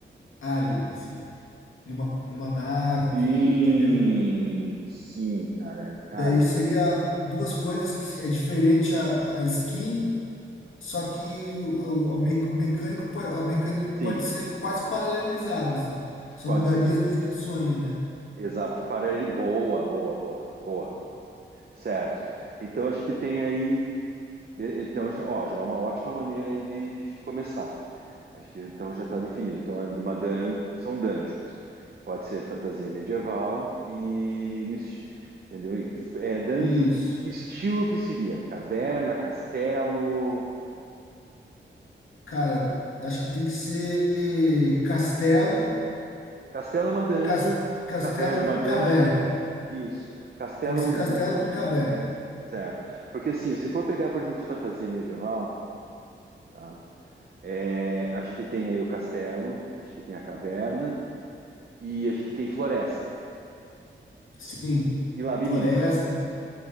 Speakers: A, on the left; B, on the right.
A: alien, assim, numa, numa nave,
B: Sim,
A: entendeu?
B: sim, cara. Cara,
A: Daí
B: isso
A: seria
B: aí.
A: duas coisas que é diferente a, a skin, só que o, o, a me- o mecânico po- a mecânica
B: Sim,
A: pode ser quase paralelizado, assim. Só
B: quase.
A: mudaria as descrições, né?
B: Exato. Para ele, boa, boa, boa, boa. Certo. Então a gente tem aí. Be- Então, já- ó, já é uma ótima maneira aí de, de a gente começar. A gente, então, já está definido. Então, é uma dan- são dungeons, que pode ser fantasia medieval e... no esti- Entendeu? E f- É dungeon,
A: Isso.
B: que, que estilo que seria? Caverna, castelo...
A: Cara, acho que tem que ser castelo,
B: Castelo é uma dungeon,
A: cas- castelo
B: caverna é uma
A: com
B: dungeon,
A: caverna.
B: isso. Castelo
A: Tem que
B: é
A: ser
B: um...
A: castelo com caverna.
B: Certo. Porque, assim, se for pegar, por exemplo, fantasia medieval, tá? É, a gente tem aí o castelo, a gente tem a caverna, e a gente tem floresta
A: Sim,
B: e labirinto,
A: floresta,